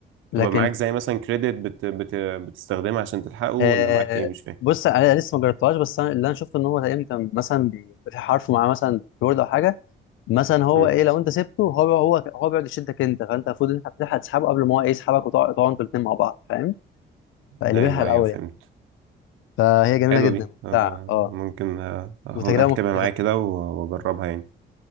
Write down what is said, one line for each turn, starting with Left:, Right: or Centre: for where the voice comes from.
Left: لكن
Right: تبقى معاك زي مثلا كريدت بت... بت... بتستخدمها عشان تلحقه ولا
Left: آه
Right: معاك ايه مش فاهم
Left: بص انا لسه ما جربتهاش بس انا اللي انا شفته ان هو تقريبا كان مثلا بيبقى في حرف معاه مثلا كيبورد او حاجه مثلا هو
Right: مم.
Left: ايه لو انت سبته هو هو هو بيقعد يشدك انت فانت المفروض ان انت بتلحق تسحبه قبل ما هو ايه يسحبك وتقعد تقعدوا انتوا الاثنين مع بعض فاهم فقلبها
Right: ايوه
Left: الاول
Right: ايوه فهمت
Left: يعني فهي جميله
Right: حلوه
Left: جدا
Right: دي
Left: ممتعه
Right: آه
Left: اه
Right: ممكن آه آخد-
Left: وتجربه
Right: هكتبها
Left: مختلفه
Right: معايا
Left: فاهم
Right: كده و- واجربها يعني